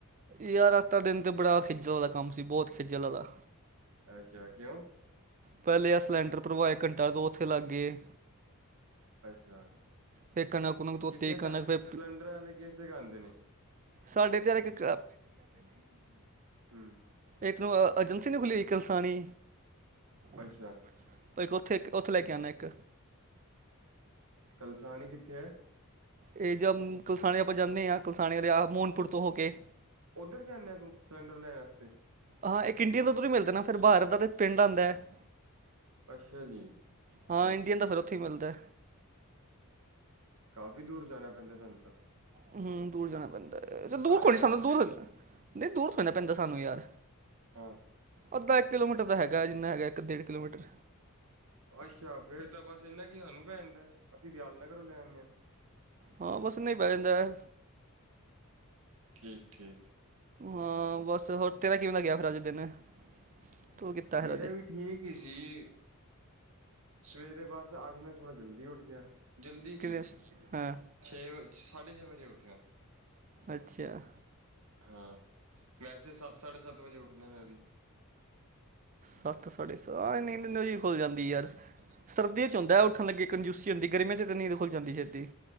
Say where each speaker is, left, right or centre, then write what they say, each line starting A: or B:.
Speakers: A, on the right (about 35°); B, on the right (about 70°).
A: ਯਾਰ ਅੱਜ ਦਾ ਦਿਨ ਤੇ ਬੜਾ ਖਿੱਜਲ ਵਾਲਾ ਕੰਮ ਸੀ, ਬਹੁਤ ਖਿੱਜਲ ਵਾਲਾ।
B: ਅੱਛਾ ਕਿਉਂ
A: ਪਹਿਲੇ ਅ ਸਿਲੰਡਰ ਭਰਵਾਏ, ਘੰਟੇ ਤੋਂ ਉੱਥੇ ਲਾਂਗੇ ਗਏ।
B: ਅੱਛਾ
A: ਫਿਰ ਕਣਕ ਕੁਣਕ ਧੋਤੀ
B: ਕਿੱਥੇ
A: ਕਣਕ
B: ਤੁਹਾਡੇ ਸਿਲੰਡਰ
A: ਫਿਰ
B: ਵਾਲੇ ਕਿਸ ਜਗ੍ਹਾ ਆਉਂਦੇ ਨੇ ਤੁਹਾਡੇ
A: ਸਾਡੇ ਤੇ ਯਾਰ ਇੱਕ
B: ਪਿੰਡ ਵੀ ਜਾਂਦੇ ਨੇ
A: ਇਧਰ ਨੂੰ ਅ, ਏਜੰਸੀ ਨੀ ਖੁੱਲੀ ਇੱਕ ਕਲਸਾਣੀ। ਉਹ
B: ਅੱਛਾ
A: ਇੱਕ ਉੱਥੇ ਇੱਕ ਉੱਥੇ ਲੈ ਕੇ ਆਉਂਦਾ ਇੱਕ
B: ਕਲਸਾਣੀ ਕਿੱਥੇ ਹੈ।
A: ਇਹ ਜਾਂ ਕਲਸਾਣੇ ਆਪਾਂ ਜਾਂਨੇ ਆਂ, ਕਲਸਾਣੇ ਆਲੇ ਰਾਹ, ਮੋਹਨਪੁਰ ਤੋਂ ਹੋ ਕੇ
B: ਉੱਧਰ ਜਾਂਨਾਂ ਐ ਤੂੰ ਸਿਲੰਡਰ ਲੈਣ ਵਾਸਤੇ
A: ਹਾਂ ਇੱਕ ਇੰਡੀਅਨ ਦਾ ਓਧਰੋਂ ਹੀ ਮਿਲਦਾ ਨਾ, ਫਿਰ ਭਾਰਤ ਦਾ ਤੇ ਪਿੰਡ ਆਉਂਦਾ ਹੈ
B: ਅੱਛਾ ਜੀ
A: ਹਾਂ,
B: ਠੀਕ
A: ਇੰਡੀਅਨ ਤੇ ਫਿਰ ਉੱਥੇ ਈ ਮਿਲਦਾ।
B: ਕਾਫ਼ੀ ਦੂਰ ਜਾਣਾ ਪੈਂਦਾ ਤੁਹਾਨੂੰ ਤਾਂ
A: ਹੂ, ਦੂਰ ਜਾਣਾ ਪੈਂਦਾ, ਦੂਰਾਨ
B: ਸਾਰਿਆਂ ਨੂੰ
A: ਦੂਰ ਨਹੀਂ ਦੂਰ ਜਾਣਾ ਪੈਂਦਾ ਸਾਨੂੰ ਯਾਰ-
B: ਹਾਂ
A: ਅੱਧਾ ਇੱਕ ਕਿਲੋਮੀਟਰ ਦਾ ਹੈਗਾ, ਜਿੰਨਾ ਹੈਗਾ ਇੱਕ ਡੇਢ ਕਿਲੋਮੀਟਰ।
B: ਅੱਛਾ ਫੇਰ ਤਾਂ ਬਸ ਇਹਨਾ ਕੀ ਸਾਨੂੰ ਪੈਣਦਾ ਅਸੀਂ ਵਿਆਲ ਨਗਰੋਂ ਲੈ ਆਣੇ ਹਾਂ
A: ਹਾਂ ਬਸ ਇੰਨਾ ਹੀ ਪੈ ਜਾਂਦਾ ਹੈ
B: ਠੀਕ -ਠੀਕ
A: ਹਾਂ ਬਸ ਹੋਰ ਤੇਰਾ ਕਿਵੇਂ ਦਾ ਗਿਆ ਫਿਰ ਅੱਜ ਦਿਨ ਤੂੰ ਕੀਤਾ ਫਿਰ
B: ਮੇਰਾ
A: ਅੱਜ
B: ਵੀ ਠੀਕ ਈ ਸੀ ਸਵੇਰੇ ਬਸ, ਆਜ ਮੈਂ ਥੋੜਾ ਜਲਦੀ ਉੱਠ ਗਿਆ। ਜਲਦੀ ਕੀ,
A: ਕਿਵੇਂ ਹਾਂ
B: ਛੇ ਵ, ਸਾਢੇ ਛੇ ਵਜੇ ਉੱਠਿਆ।
A: ਅੱਛਾ
B: ਹਾਂ, ਵੈਸੇ ਸੱਤ ਸਾਢੇ ਸੱਤ ਵਜੇ ਉੱਠਣਾ ਮੈਂ ਵੀ
A: ਸੱਤ ਸਾਢੇ ਸਤ, ਹਾਂ ਨੀਂਦ ਇੰਣੇ ਵਜੇ ਖੁੱਲ ਜਾਂਦੀ ਹੈ ਯਾਰ ਸਰਦੀਆਂ ਚ ਹੁੰਦਾ ਏ ਉੱਠਣ ਲੱਗੇ ਕੰਜੂਸੀ ਹੁੰਦੀ, ਗਰਮੀਆਂ ਚ ਤਾਂ ਨੀਂਦ ਖੁਲ ਜਾਂਦੀ ਛੇਤੀ।